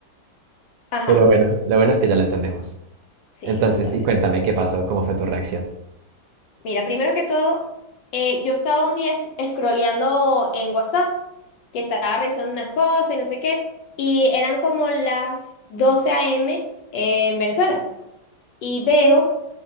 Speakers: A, on the left; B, on the right.
A: Ajá,
B: Pero bueno, lo bueno es que ya lo entendemos.
A: sí,
B: Entonces,
A: totalmente.
B: y cuéntame, ¿qué pasó? ¿Cómo fue tu reacción?
A: Mira, primero que todo, eh, yo estaba un día esc- scrolleando en WhatsApp, que estaba revisando unas cosas y no sé qué, y eran como las 12 a.m. en Venezuela. y veo